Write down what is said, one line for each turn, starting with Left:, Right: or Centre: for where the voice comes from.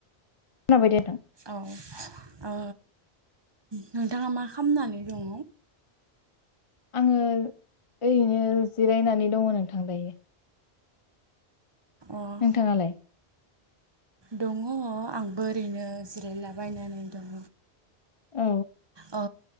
Left: खोनाबाय दे नोंथां
Right: औ अ नोंथाङा मा खामनानै दङ?
Left: आङो ओरैनो जिरायनानै दङ नोंथां दायो
Right: अ
Left: नोंथाङालाय?
Right: दङ आंबो ओरैनो जिरायलाबायनानै दं।
Left: औ
Right: ओ